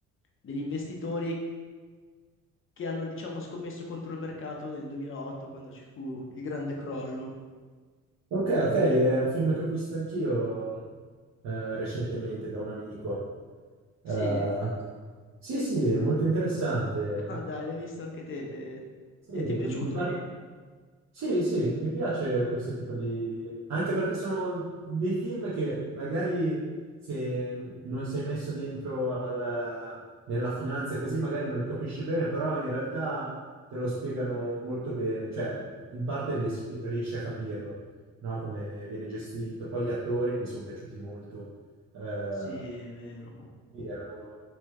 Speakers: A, on the left; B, on the right.
A: degli investitori che hanno, diciamo, scommesso contro il mercato nel 2008 quando ci fu il grande crollo.
B: Ok, ok, è un film che ho visto anch'io eh, recentemente da un amico. Eh,
A: Sì?
B: sì, sì, è molto interessante.
A: Ma dai, l'hai visto anche te e
B: Sì,
A: e ti è piaciuto?
B: un par- Sì, sì, mi piace questo tipo di... anche perché sono dei film che magari se non sei messo dentro al- nella finanza e così magari non li capisci bene, però in realtà te lo spiegano molto bene, cioè in parte ries- riesci a capirlo, no? Come viene gestito. Poi gli attori mi sono piaciuti molto. Eh,
A: Sì, è vero.
B: sì, erano